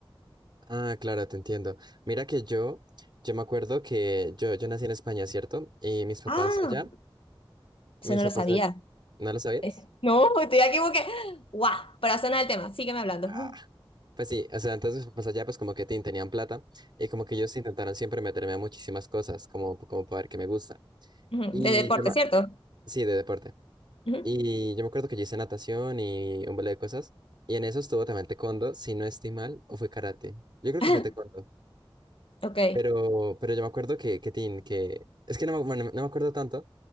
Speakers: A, on the right (about 55°); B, on the left (about 75°).
A: Ah, claro, te entiendo. Mira que yo, yo me acuerdo que yo, yo nací en España, ¿cierto? Y mis papás
B: Ah,
A: allá,
B: Eso
A: mis
B: no
A: papás
B: lo sabía.
A: allá, ¿no lo sabías?
B: Eh, No, estoy aquí como que... ¡Guau! Pero eso no es el tema, sígueme hablando.
A: Ah,
B: Ujú,
A: Pues sí, o sea, entonces mis papás allá pues como que tin, tenían plata y como que ellos intentaron siempre meterme a muchísimas cosas, como, como para ver qué me gusta.
B: ujú.
A: Y
B: De deporte,
A: yo me...
B: ¿cierto?
A: Sí, de deporte.
B: Ujú.
A: Y yo me acuerdo que yo hice natación y un balde de cosas. Y en eso estuvo también taekwondo, si no estoy mal, o fue karate. Yo creo
B: <laughs>
A: que fue taekwondo.
B: Ok.
A: Pero, pero yo me acuerdo que, que tin, que... Es que no me, bueno, no me acuerdo tanto,